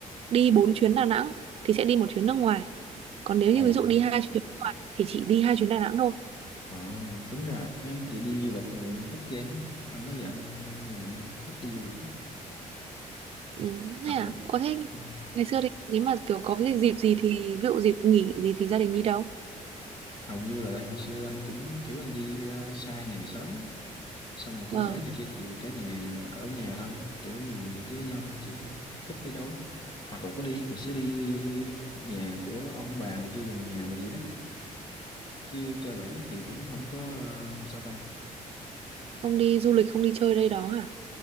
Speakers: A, on the right; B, on the left.
A: đi 4 chuyến Đà Nẵng thì sẽ đi một chuyến nước ngoài còn nếu như
B: Ồ
A: ví dụ đi hai chuyến nước ngoài thì chỉ đi hai chuyến Đà Nẵng thôi
B: À, tính ra ấy, chị đi du lịch rồi thích ghê ha. Anh nói vậy anh nhà anh ít đi du lịch á.
A: ừ,
B: Hoặc
A: thế à
B: là
A: Ồ thế
B: à,
A: ngày xưa thì nếu mà kiểu có cái dịp gì thì ví dụ dịp nghỉ gì thì gia đình đi đâu
B: hầu như là tại hồi xưa anh cũng kiểu anh đi ra xa nhà sớm ấy. Xong rồi có
A: vâng
B: lễ này kia thì cả nhà ở nhà thôi, kiểu ở nhà với nhau thôi chứ cũng ít đi đâu lắm. Hoặc là có đi thì sẽ đi nhà của ông bà này kia gần nhà đồ gì đó. Chứ cơ bản thì cũng không có ờ, sao ta
A: không đi du lịch không đi chơi đây đó hả